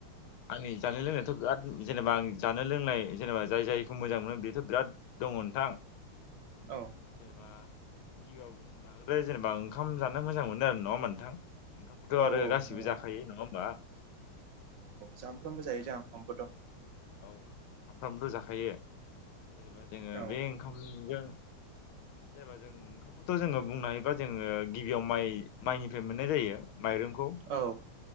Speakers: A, on the left; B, on the right.
A: आंनि जानाय लोंनायाथ' बिराद जेनेबा आं जानो लोंनाय जेनेबा जाय जायखौ मोजां मोनो बेथ' बिराद दङ नोंथां
B: औ
A: जेनेबा गिउआ <unintelligible> जेनेबा ओंखाम जानो मोजां मोनो आरो नङा होनबा नोंथां ओंखामबोथ'
B: औ
A: आरो गासिबो
B: नंगौ
A: जाखायो नङा होमबा
B: सामफ्रामबो जायो जोंहा ओंखामखो थ'।
A: औ सामफ्रामबो जाखायो जेनेबा जोंङो
B: औ
A: बे ओंखामजों
B: <inaudible>
A: जेनेबा जों ओंखामखौथ' जोंङो बुंनो हायोबा जोंङो गिबियाव माइ- माइनिफ्राय मोननाय जायो माइरंखौ
B: औ